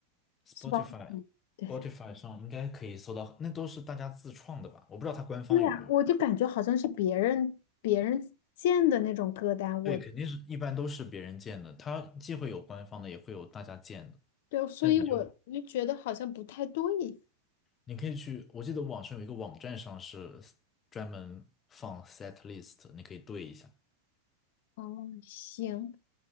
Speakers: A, on the left; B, on the left.
A: ，Spotify
B: Spot，嗯，对对。
A: Spotify 上应该可以搜到，那都是大家自创的吧？我不知道它官方有没有。
B: 对呀，我就感觉好像是别人别人建的那种歌单，
A: 对，
B: 我
A: 肯定是一般都是别人建的，它既会有官方的，也会有大家建的。
B: 对，所以我就觉得好像不太对。
A: 但你就你可以去，我记得网上有一个网站上是专门放 set list，你可以对一下。
B: 哦，行